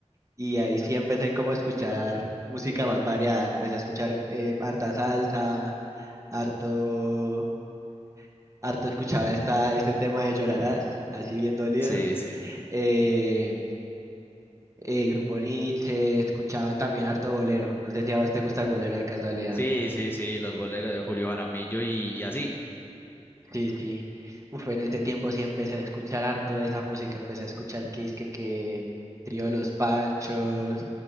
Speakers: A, on the right (about 25°); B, on the left (about 15°).
A: Y ahí sí empecé como a escuchar música más variada. Empecé a escuchar eh, harta salsa, harto, harto escuchaba esta, este tema de Llorarás, así bien dolido.
B: Sí, sí.
A: Eh, eh, Grupo Nietzsche, escuchaba también harto bolero. No sé si a vos te gusta el bolero de casualidad.
B: Sí, sí, sí, los boleros de Julio Jaramillo y, y así.
A: Sí, sí. Uf, en ese tiempo sí empecé a escuchar harto de esa música, empecé a escuchar que es que, que Trío Los Panchos,